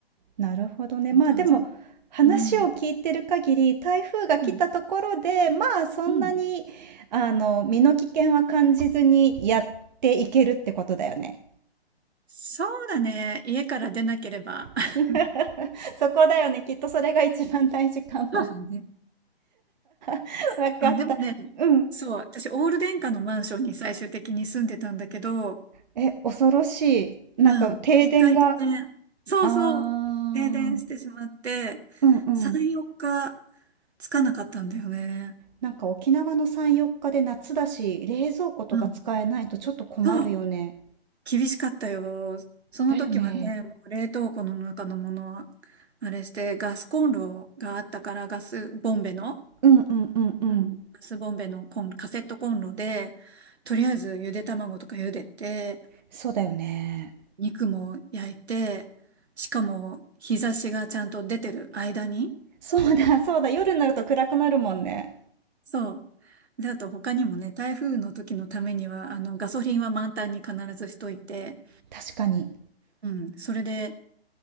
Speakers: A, on the right; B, on the right.
A: なるほどね。
B: いう感じ。
A: まあでも、話を聞いてる限り、
B: うん。
A: 台風が来たところで、
B: うん。
A: まあそんなに、
B: うん。
A: あの、身の危険は感じずにやっていけるってことだよね。
B: そうだね。家から出なければ。<laughs>
A: <laughs> そこだよね。きっとそれが一番大事かも。
B: そうだね
A: <laughs>
B: <laughs>
A: わかった。
B: あ、でもね、
A: うん。
B: そう、私、オール電化のマンションに最終的に住んでたんだけど、
A: え、恐ろしい。なんか停電があ
B: うん。一回停電。そうそう。
A: あ、
B: 停電してしまって、
A: うんうん。
B: 3、4日つかなかったんだよね。
A: なんか沖縄の3、4日で夏だし、冷蔵庫とか使えないとちょっと困るよね。
B: うん。そう。厳しかったよ。その時はね、
A: だよね。
B: もう冷凍庫の中のものは、あれして、ガスコンロがあったから、ガスボンベの、
A: うんうんうんうん。
B: うん。ガスボンベのコン、カセットコンロで、とりあえずゆで卵とか茹でて、
A: そうだよね。
B: 肉も焼いて、しかも日差しがちゃんと出てる間に、
A: そうだそうだ。夜になると暗くなるもんね。
B: そう。で、あと他にもね、台風の時のためには、あの、ガソリンは満タンに必ずしといて、
A: 確かに。
B: うん、それで